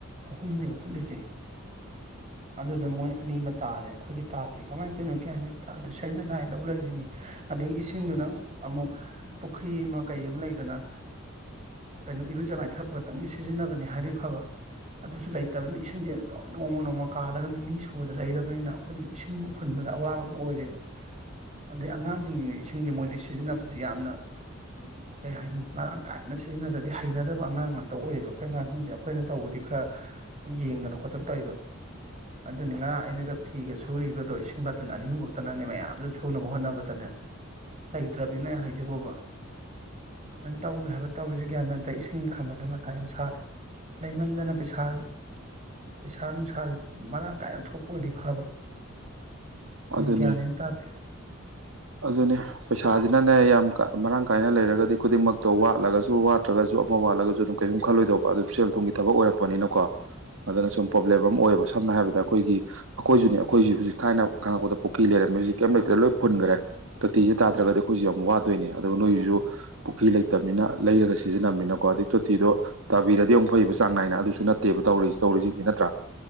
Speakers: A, on the right; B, on the right.
A: ꯑꯍꯨꯝꯅꯦꯕ ꯍꯨꯠꯂꯤꯁꯦ ꯑꯗꯨꯗ ꯃꯣꯏ ꯑꯅꯤ ꯑꯃ ꯇꯥꯔꯦ ꯑꯩꯈꯣꯏꯒꯤ ꯇꯥꯗꯦ ꯀꯃꯥꯏꯅ ꯇꯧꯔꯤꯅꯣ ꯀꯌꯥꯒꯦ ꯇꯗ ꯁꯁ ꯂꯥꯏ ꯂꯧ ꯂꯩꯔꯤꯅꯤ ꯑꯗꯒꯤ ꯏꯁꯤꯡꯗꯨꯅ ꯑꯃꯨꯛ ꯄꯨꯈ꯭ꯔꯤ ꯑꯃ ꯀꯩ ꯑꯃ ꯂꯩꯗꯅ ꯀꯩꯅꯣ ꯏꯔꯨꯖ ꯃꯥꯏꯊꯛꯄ ꯈꯛꯇꯪꯒꯤ ꯁꯤꯖꯤꯟꯅꯕꯅꯦ ꯍꯥꯏꯗꯤ ꯐꯕ ꯑꯗꯨꯁꯨ ꯂꯩꯇꯕꯅꯤꯅ ꯏꯁꯤꯡꯁꯦ ꯑꯗꯨꯝ ꯅꯣꯡꯃ ꯅꯣꯡꯃ ꯀꯥꯜꯂꯒ ꯅꯤꯅꯤ ꯁꯨꯕꯗ ꯂꯩꯔꯕꯅꯤꯅ ꯑꯩꯈꯣꯏꯁꯨ ꯏꯁꯤꯡ ꯍꯨꯟꯕꯗ ꯑꯋꯥꯕ ꯑꯃ ꯑꯣꯏꯔꯦꯕ ꯑꯗꯩ ꯑꯉꯥꯡꯁꯤꯡꯁꯤ ꯏꯁꯤꯡꯁꯦ ꯃꯣꯏꯗꯤ ꯁꯤꯖꯤꯟꯅꯕꯁꯦ ꯌꯥꯝꯅ ꯀꯩ ꯍꯥꯏꯅꯤ ꯃꯔꯥꯡ ꯀꯥꯏꯅ ꯁꯤꯖꯤꯟꯅꯗ ꯑ ꯍꯩꯅꯗꯕ ꯑꯉꯥꯡ ꯉꯥꯛꯇ ꯑꯣꯏꯌꯦꯕ ꯑꯩꯈꯣꯏ ꯑꯉꯥꯡꯁꯤꯡꯁꯦ ꯑꯩꯈꯣꯏꯅ ꯇꯧꯕꯗꯤ ꯈꯔ ꯌꯦꯡꯗꯅ ꯈꯣꯠꯇꯅ ꯇꯧꯕ ꯑꯗꯨꯅꯤ ꯉꯔꯥꯡ ꯑꯩꯅꯒ ꯐꯤꯒ ꯁꯨꯔꯤꯒꯗꯣ ꯏꯁꯤꯡ ꯐꯠꯇꯅ ꯑꯅꯤ ꯑꯍꯨꯝ ꯈꯛꯇꯅꯅꯦ ꯃꯌꯥꯝꯁꯨ ꯁꯨꯅꯕ ꯍꯣꯠꯅꯕꯗꯅꯦ ꯂꯩꯇ꯭ꯔꯕꯅꯤꯅ ꯍꯥꯏꯖꯕꯣꯕ ꯑꯗꯨꯃꯥꯏꯅ ꯇꯧꯋꯦ ꯍꯥꯏꯕ ꯇꯧꯔꯤꯁꯦ ꯑꯇ ꯏꯁꯤꯡꯒꯤ ꯈꯥꯝꯕꯗ ꯃꯊꯥ ꯌꯥꯝ ꯁꯥꯔꯤ ꯂꯩꯃꯟꯗꯅ ꯄꯩꯁꯥ ꯄꯩꯁꯥ ꯅꯨꯡꯁꯥꯥꯁ ꯃꯔꯥꯡ ꯀꯥꯏꯅ ꯊꯣꯛꯄꯕꯨꯗꯤ ꯐꯕ
B: ꯑꯗꯨꯅꯤ
A: ꯒ꯭ꯌꯥꯟ ꯃꯦꯟ ꯇꯥꯗꯦ
B: ꯑꯗꯨꯅꯦ ꯄꯩꯁꯥꯁꯤꯅꯅꯦ ꯌꯥꯝ ꯃꯔꯥꯡ ꯀꯥꯏꯅ ꯂꯩꯔꯒꯗꯤ ꯈꯨꯗꯤꯡꯃꯛꯇꯣ ꯋꯥꯠꯂꯒꯁꯨ ꯋꯥꯠꯇ꯭ꯔꯒꯁꯨ ꯑꯃ ꯋꯥꯠꯂꯒꯁꯨ ꯑꯗꯨꯝ ꯀꯩꯁꯨꯝ ꯈꯜꯂꯣꯏꯗꯧꯕ ꯑꯗꯨꯝ ꯁꯦꯜ ꯊꯨꯝꯒꯤ ꯊꯕꯛ ꯑꯣꯏꯔꯛꯄꯅꯤꯅꯀꯣ ꯑꯗꯨꯅ ꯁꯨꯝ ꯄ꯭ꯔꯣꯕ꯭ꯂꯦꯝ ꯑꯃ ꯑꯣꯏꯌꯦꯕ ꯁꯝꯅ ꯍꯥꯏꯔꯕꯗ ꯑꯩꯈꯣꯏꯒꯤ ꯑꯩꯈꯣꯏꯁꯨꯅꯦ ꯑꯩꯈꯣꯏꯁꯤ ꯍꯧꯖꯤꯛ ꯊꯥꯏꯅ ꯈꯪꯉꯛꯄꯗ ꯄꯨꯈ꯭ꯔꯤ ꯂꯩꯔꯝꯃꯤ ꯍꯧꯖꯤꯛ ꯀꯩꯝ ꯂꯩꯇ꯭ꯔꯦ ꯂꯣꯏ ꯐꯨꯟꯈ꯭ꯔꯦ ꯇꯣꯇꯤꯁꯦ ꯇꯥꯗ꯭ꯔꯒꯗꯤ ꯑꯩꯈꯣꯏꯁꯨ ꯌꯥꯝ ꯋꯥꯗꯣꯏꯅꯦ ꯑꯗꯨꯒ ꯅꯣꯏꯁꯨ ꯄꯨꯈ꯭ꯔꯤ ꯂꯩꯇꯕꯅꯤꯅ ꯂꯩꯔꯒ ꯁꯤꯖꯤꯟꯅꯕꯅꯤꯅꯀꯣ ꯑꯗꯩ ꯇꯣꯇꯤꯗꯣ ꯇꯥꯕꯤꯔꯗꯤ ꯌꯥꯝ ꯐꯩꯌꯦꯕ ꯆꯥꯡ ꯅꯥꯏꯅ ꯑꯗꯨꯁꯨ ꯅꯠꯇꯦꯕ ꯇꯧꯔꯤ ꯇꯧꯔꯤꯁꯤꯡꯁꯤ ꯅꯠꯇ꯭ꯔꯥ